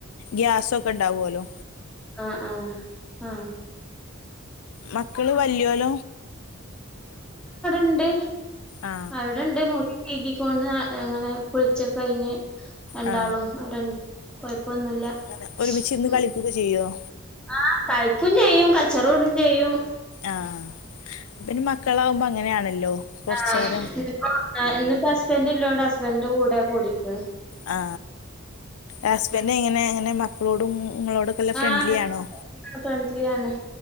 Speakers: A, on the left; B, in the centre.
A: ഗ്യാസ്‌ ഒക്കെ ഉണ്ടാവല്ലോ
B: ആഹ ആഹ ആഹ്
A: മക്കള് വല്യോല
B: ണ്ട്
A: ആ
B: അവിടെണ്ട് മുടി കഴകിക്കൊണ്ട് അങ്ങനെ കുളിച്ചൊക്ക കഴിഞ്ഞ് രണ്ടാളും
A: ആ
B: അവിടെ ണ്ട് കൊഴപ്പൊന്നുല്ല
A: അങ്ങനെ ഒരുമിച്ചിരുന്ന്
B: ഉ
A: കളിക്കുകയൊക്കെ ചെയ്യുമോ
B: ആ കഴിക്കും ചെയ്യും കച്ചറ ഇടും ചെയ്യും
A: ആഹ അ പിന്നെ മക്കളാാവുമ്പോ അങ്ങനെയാണല്ലോ കുറച്ചു
B: ആഹ
A: നേരം
B: ഇന്നിപ്പോ ഹസ്ബന്റ് ഇല്ലോണ്ട് ഹസ്ബൻന്റെ കൂടെ കൂടിക്കണ്
A: ആ ഹസ്ബെൻ്റ് എങ്ങനെ അങ്ങനെ മക്കളോടും നിങ്ങളോടൊക്കെ
B: ആ
A: ഫ്രണ്ട്ലി
B: നല്ല
A: ആണോ
B: ഫ്രണ്ട്ലി ആണ്